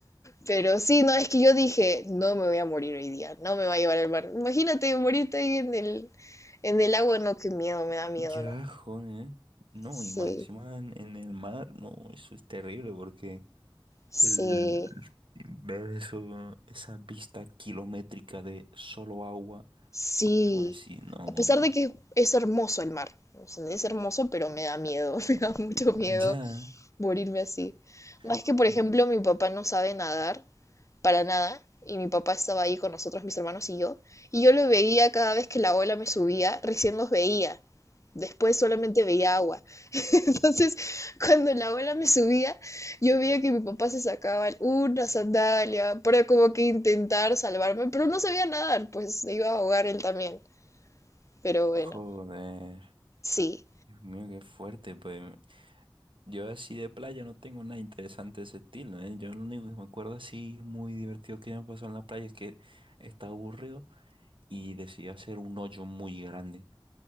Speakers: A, on the left; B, on the right.
A: Pero sí, no, es que yo dije, no me voy a morir hoy día, no me va a llevar el mar. Imagínate morirte ahí en el, en el agua, no, qué miedo, me da miedo,
B: Ya,
A: no.
B: joder. No,
A: Sí,
B: y más encima en, en el mar, no, eso es terrible porque
A: sí,
B: el ver eso, esa vista kilométrica de solo agua,
A: sí.
B: y como decir, no.
A: A pesar de que es hermoso el mar, o sea, es hermoso, pero me da miedo, <laughs> me da mucho miedo
B: Ya,
A: morirme así. Más
B: jo-
A: que, por ejemplo, mi papá no sabe nadar, para nada, y mi papá estaba ahí con nosotros, mis hermanos y yo, y yo lo veía cada vez que la ola me subía, recién los veía. Después solamente veía agua. <laughs> Entonces, cuando la ola me subía, yo veía que mi papá se sacaba una sandalia para como que intentar salvarme, pero no sabía nadar, pues se iba a ahogar él también. Pero bueno,
B: joder.
A: sí.
B: Dios mío, qué fuerte, pues. Yo así de playa no tengo nada interesante de ese estilo, ¿eh? Yo lo único que me acuerdo así muy divertido que me pasó en la playa es que estaba aburrido y decidí hacer un hoyo muy grande.